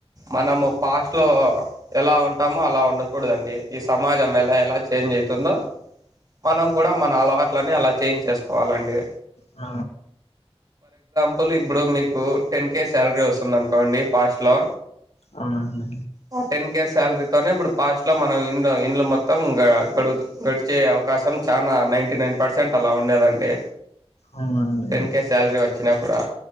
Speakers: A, on the right; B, on the left.
A: మనము ఫాస్టులో ఎలా ఉంటామో అలా ఉండకూడదండి ఈ సమాజం ఎలా ఎలా చేంజ్ అయితుందో మనం కూడా మన అలవాట్లని అలా చేంజ్ చేసుకోవాలండి
B: అ
A: పులు ఇప్పుడు మీకు టెన్ కే శాలరీ వస్తుంది అనుకోండి ఫాస్ట్ లో
B: అవునండి
A: ఆ టెన్ కే శాలరీతోనే ఇప్పుడు పాస్ట్లో మనం ఇంట్లో ఇండ్లు మొత్తం గడు గడిచే అవకాశం చాలా నైంటీ నైన్ పర్స్ సెంట్ అలా ఉండేదండి
B: అవునా
A: టెన్
B: అండీ
A: కే శాలరీ వచ్చినా కూడా